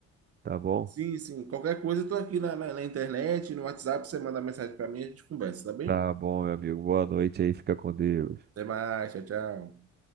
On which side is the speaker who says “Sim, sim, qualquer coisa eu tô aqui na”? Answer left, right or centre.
Right